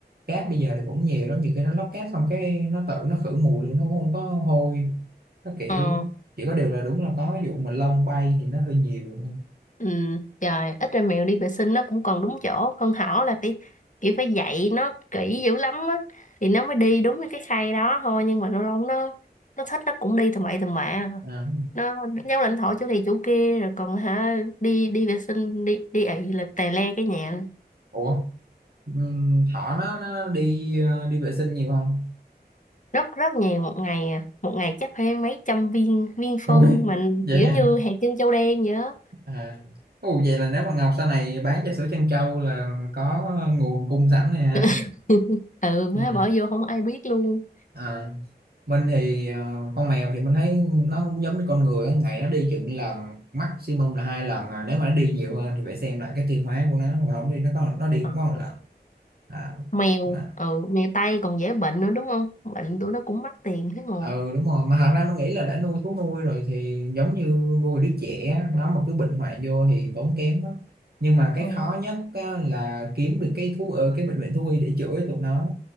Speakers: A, on the right; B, on the left.
A: cát bây giờ thì cũng nhiều lắm nhiều khi nó lấp cát xong cái nó tự nó khử mùi luôn nó cũng không có hôi nó kiểu
B: ờ
A: chỉ có điều là đúng là có vụ mà lông bay thì nó hơi nhiều
B: ừ trời ít ra mèo đi vệ sinh nó cũng còn đúng chỗ con thỏ là phải kiểu phải dạy nó kỹ dữ lắm á thì nó mới đi đúng cái khay đó thôi nhưng mà lâu lâu nó nó thích nó cũng đi tầm bậy tầm bạ
A: à.
B: nó nhau lãnh thổ chỗ này chỗ kia rồi còn hả đi đi vệ sinh đi đi ị là tè le cái nhà
A: ủa ừm, thỏ nó nó đi ờ, đi vệ sinh nhiều không
B: rất rất nhiều một ngày à một ngày chắc phải mấy trăm viên viên phân
A: ui
B: mình
A: <laughs> vậy
B: kiểu
A: hả
B: như hạt trên châu đen vậy á
A: À. Ồ, vậy là nếu mà Ngọc sau này bán trà sữa Trân Châu là có nguồn cung sẵn này ha.
B: <laughs> ừ má
A: Ừ.
B: bỏ vô không ai biết luôn
A: À. Mình thì ờ, con mèo thì mình thấy nó cũng giống như con người á, ngày nó đi chừng lần maximum là hai lần à. Nếu mà nó đi nhiều hơn thì phải xem lại cái tiêu hóa của nó và không đi nó có nó đi
B: Ờ,
A: cũng có một lần à.
B: mèo
A: mà
B: ừ mèo Tây còn dễ bệnh nữa đúng không bệnh tụi nó cũng mắc tiền thế mà
A: ừ đúng rồi mà thật ra mình nghĩ là đã nuôi thú nuôi rồi thì giống như nuôi đứa trẻ á, nó mà cứ bệnh hoạn vô thì tốn kém lắm nhưng mà cái
B: ừ.
A: khó nhất á, là kiếm được cái thú ờ, cái bệnh viện thú y để chữa cho tụi nó